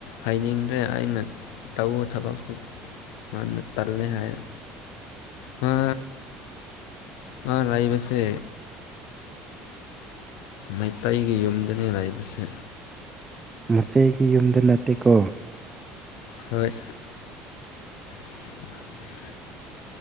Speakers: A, on the left; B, on the right.
A: ꯍꯥꯏꯅꯤꯡꯗ꯭ꯔꯦ ꯑꯩꯅ ꯇꯧꯕ ꯊꯕꯛꯇꯨ ꯃꯥꯟꯅ ꯇꯜꯂꯦ ꯍꯥꯏꯌꯦ꯫ ꯃꯥ ꯃꯥ ꯂꯩꯕꯁꯦ ꯃꯩꯇꯩꯒꯤ ꯌꯨꯝꯗꯅꯤ ꯂꯩꯕꯁꯦ꯫
B: ꯃꯆꯦꯒꯤ ꯌꯨꯝꯗ ꯅꯠꯇꯦꯀꯣ꯫
A: ꯍꯣꯏ꯫ <unintelligible>